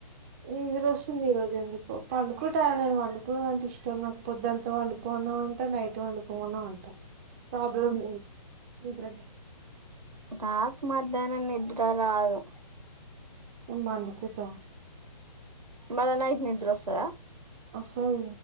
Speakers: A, on the right; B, on the right.
A: నిదురోస్తుంది వస్తుంది ఈ రోజు ఎందుకో పండుకుంట నేను పండుకునుడు అంటే ఇష్టం నాకు పొద్దుంత వండుకోన్నా అంటె నైట్ వండుకోమన్న పంట ప్రాబ్లం లేద్ నిద్రకి
B: నాక్ మధ్యానం నిద్ర రాదు
A: నేన్ పండుకుంటా
B: మళ్ళ నైట్ నిద్రొస్తదా
A: ఓస్తది